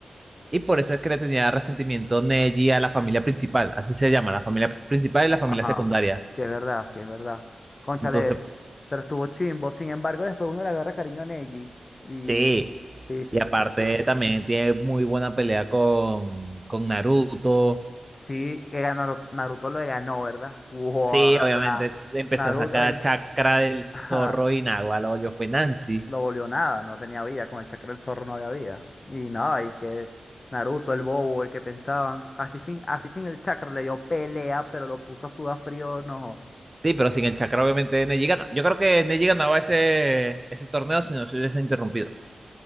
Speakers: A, on the right (about 25°); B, on the left (about 40°).
A: Y por eso es que le tenía resentimiento Neji a la familia principal, así se llama, la familia principal y la familia
B: Ajá,
A: secundaria.
B: sí es verdad, sí es verdad. Cónchale,
A: Entonces,
B: pero estuvo chimbo. Sin embargo, después uno le agarra cariño a Neji. Y
A: sí,
B: sí, sí,
A: y
B: sí, sin
A: aparte
B: duda.
A: también tiene muy buena pelea con, con Naruto.
B: Sí, que ganó- Naruto, lo ganó, ¿verdad? Guarda,
A: Sí, obviamente le empezó
B: Naruto,
A: a sacar
B: él
A: chakra
B: <laughs>
A: del zorro
B: ajá,
A: y Nahual, yo fue Nancy.
B: lo volvió nada, no tenía vida, con el chakra del zorro no había vida. Y nada, y que Naruto, el bobo, el que pensaban, así sin, así sin el chakra le dio pelea, pero lo puso a sudar frío, no.
A: Sí, pero sin el chakra, obviamente, Neji gana. Yo creo que Neji ganaba ese, ese torneo si no se hubiese interrumpido.